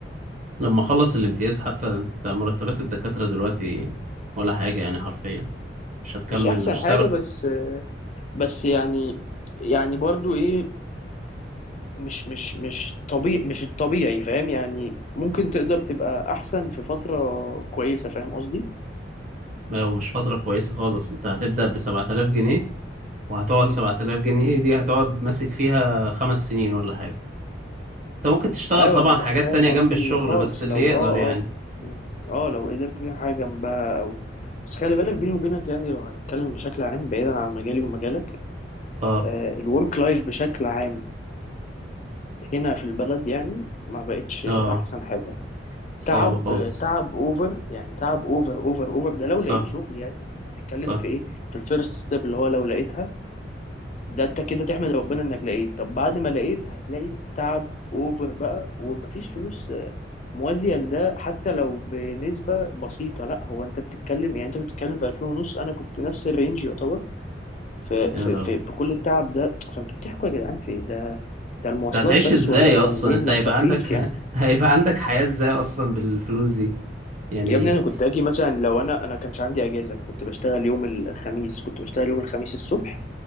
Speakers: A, on the right; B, on the left.
A: لما اخلص الامتياز حتى انت مرتبات الدكاترة دلوقتي ولا حاجة يعني حرفيا مش هتكمل
B: مش احسن
A: مش
B: حاجة
A: هتعرف
B: بس بس يعني يعني برضو ايه مش مش مش طبيعي مش الطبيعي فاهم يعني ممكن تقدر تبقى احسن في فترة كويسة فاهم قصدي
A: لو مش فترة كويسة خالص انت هتبدأ بسبعة آلاف جنيه وهتقعد
B: مم.
A: سبعة آلاف جنيه ايه دي هتقعد ماسك فيها خمس سنين ولا حاجة انت ممكن تشتغل
B: ايوه
A: طبعا
B: انا فا-
A: حاجات
B: فاهم
A: تانية
B: قصدي
A: جنب الشغل
B: خاص
A: بس اللي
B: لو
A: يقدر
B: اه
A: يعني
B: اه مم. اه لو قدرت تعمل حاجة جنبها او بس خلي بالك بيني وبينك يعني لو هنتكلم بشكل عام بعيدا عن مجالي ومجالك
A: اه
B: آه الورك لايف بشكل عام هنا في البلد يعني ما بقتش
A: اه
B: احسن حاجة
A: صعب
B: تعب
A: خالص
B: تعب اوفر يعني تعب اوفر اوفر اوفر ده لو
A: صح
B: لقيت شغل يعني احنا هنتكلم
A: صح
B: في ايه في الفيرست ستيب اللي هو لو لقيتها ده انت كده تحمد ربنا انك لقيت طب بعد ما لقيت هتلاقي تعب اوفر بقى ومفيش فلوس آه، موازية لده حتى لو بنسبة بسيطة لا هو انت بتتكلم يعني انت بتتكلم في 2000 ونص انا كنت نفس الرينج يعتبر في
A: يا
B: في
A: لهوي
B: في, في كل التعب ده فانتوا بتحكوا يا جدعان في إيه؟ ده ده المواصلات
A: انت هتعيش
B: بس
A: ازاي
B: ولا البنزين
A: اصلا انت
B: ما
A: هيبقى
B: تكفيش
A: عندك
B: يعني
A: <laughs> هيبقى عندك حياة ازاي اصلا بالفلوس دي يعني
B: يا ابني انا كنت اجي مثلا لو انا انا كانش عندي اجازة انا كنت بشتغل يوم الخميس كنت بشتغل يوم الخميس الصبح